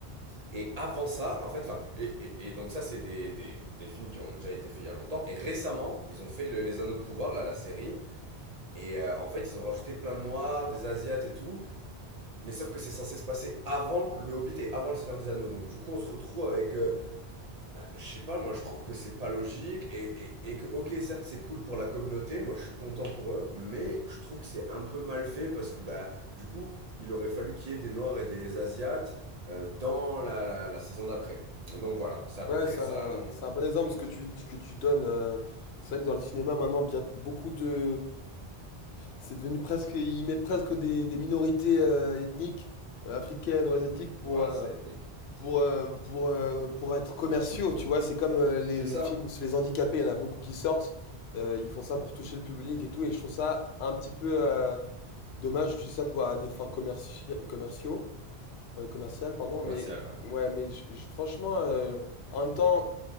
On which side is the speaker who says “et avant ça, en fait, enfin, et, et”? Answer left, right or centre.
Right